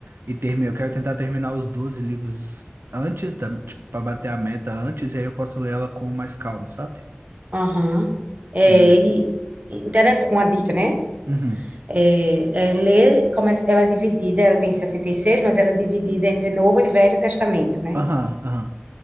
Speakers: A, on the right (about 70°); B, on the right (about 40°).
A: e terminar. Eu quero tentar terminar os 12 livros antes da, tipo, pra bater a meta antes, e aí eu posso ler ela com mais calma, sabe?
B: Aham. É,
A: E aí.
B: e interessa uma dica, né?
A: Uhum.
B: É, é ler, começa, ela é dividida, ela tem 66, mas ela é dividida entre Novo e Velho Testamento, né?
A: Aham, aham.